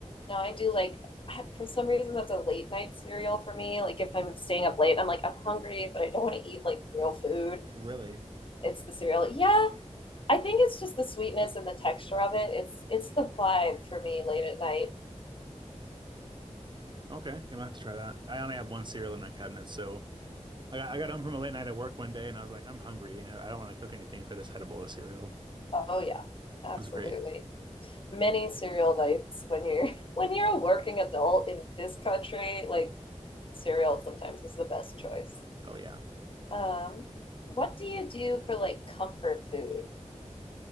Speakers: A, on the left (about 45°); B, on the right (about 40°).
A: No, I do like I- for some reason that's a late night cereal for me. Like if I'm staying up late, I'm like I'm hungry, but I don't want to eat like real food.
B: Really?
A: It's the cereal. Yeah, I think it's just the sweetness and the texture of it. It's it's the vibe for me late at night.
B: Okay, I'm gonna have to try that. I only have one cereal in my cabinet, so I got, I got home from a late night at work one day, and I was like, I'm hungry, and I don't want to cook anything, so I just had a bowl of cereal. It
A: Oh yeah, absolutely.
B: was great.
A: Many cereal nights when you're <laughs> when you're a working adult in this country, like cereal sometimes is the best choice.
B: Oh yeah.
A: Um, what do you do for like comfort food?